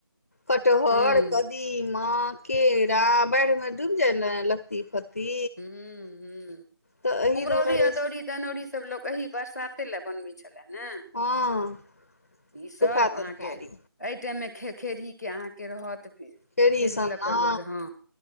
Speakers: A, on the left; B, in the centre.
A: कटहर
B: हूँ
A: कदीमा केरा बाढ़ि मे डूब जाय ने। लत्ती फत्ति
B: हूँ हूँ
A: तऽ एहि
B: कुम्हरौरी
A: दुआरे
B: अदौरी दनौरी सब लोक एही बरसाते ले बनबे छले ने।
A: हँ।
B: ई सब
A: सूखा
B: अहाँके
A: तरकारी
B: एहि टाइम मे खे खेरही के अहाँके रहत।
A: खेरही
B: खेड़ी
A: सन्ना
B: लऽ कऽ लोकके हँ